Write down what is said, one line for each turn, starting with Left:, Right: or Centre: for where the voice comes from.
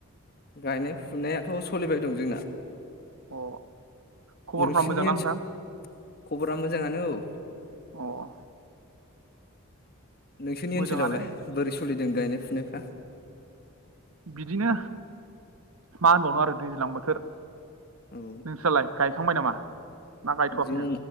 Left: गायनाय फुनायाथ' सलिबाय दं जोंना
Right: अ खबरफ्रा
Left: नोंसिनि
Right: मोजांना
Left: ओनसोल
Right: नोंथां
Left: खबरा मोजाङानो औ
Right: अह
Left: नोंसोरनि
Right: मोजाङानो
Left: ओनसोलावलाय बोरै सोलिदों गायनाय फुनायफ्रा
Right: बिदिनो मा होनबावनो आरो दैज्लां बोथोर
Left: औ औ
Right: नोंस्रालाय गायखांबाय नामा ना गायथ'वाखैनो
Left: जों